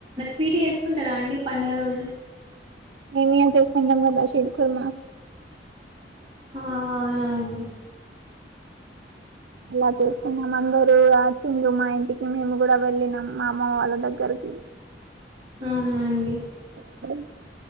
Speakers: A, on the right (about 30°); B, on the right (about 80°).
A: ఫీటీ చేసుకుంటారా అండి పండుగ రోజు
B: ఏమంత ఫ మబా శివఖర్
A: ఆ అవునా అండి
B: అలా చేసుకున్నాం అందరూ వచ్చింగ మా ఇంటికి మేము కూడా వెళ్ళినం మా అమ్మ వాళ్ళ దగ్గరకి
A: ఉమ్ అండి
B: అం